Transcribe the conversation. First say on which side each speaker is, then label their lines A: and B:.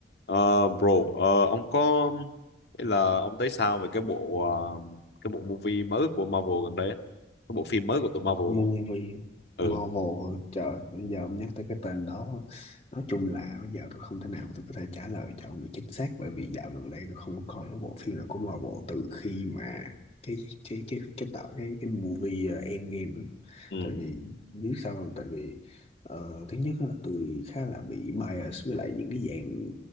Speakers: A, on the left (about 65°); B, on the left (about 35°).
A: Ờ, bro, ờ, ông có ý là ông thấy sao về cái bộ ờ, cái bộ movie mới của Marvel gần đây á? Cái bộ phim mới của tụi Marvel?
B: Movie
A: á. Ừ,
B: Marvel trời bây giờ ông nhắc tới cái tên đó nói chung là bây giờ tôi không thể nào tôi có thể trả lời cho ông được chính xác bởi vì dạo gần đây tôi không có coi cái bộ phim nào của Marvel từ khi mà cái cái cái cái tạo cái cái movie ờ, Endgame á.
A: ừ,
B: tại vì biết sao không tại vì ờ, thứ nhất á, là tôi khá là bị bias với lại những cái dạng